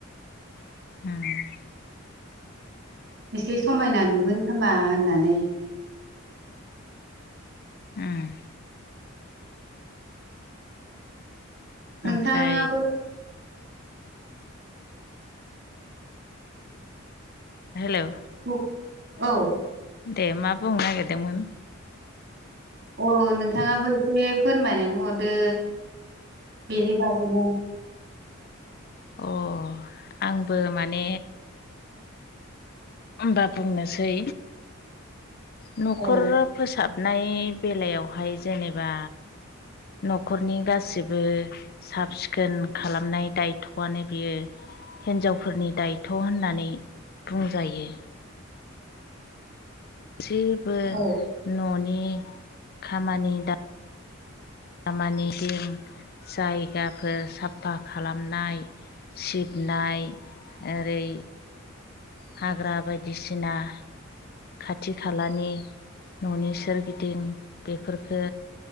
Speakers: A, on the left; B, on the right.
A: ओम
B: एसे समायना नुगोन खोमा होननानै।
A: ओम
B: नोंथाङाबो
A: ओमफ्राय हेलौ
B: औ औ
A: दे मा बुंनो नागिरदोंमोन!
B: औ नोंथाङाबो एसे फोरमायनानै हरदो बेनि बागैनो
A: अ आंबो माने होमबा बुंनोसै। न'खर
B: औ
A: फोसाबनाय बेलायावहाय जेनेबा न'खरनि गासैबो साब सिखोन खालामनाय दायथ'आनो बियो हिन्जावफोरनि दायथ' होननानै बुंजायो गासैबो
B: औ
A: न'नि खामानि दा खामानि दिं जायगाफोर साफा खालामनाय सिबनाय ओरै हाग्रा बायदिसिना खाथि खालानि न'नि सोरगिदिं बेफोरखो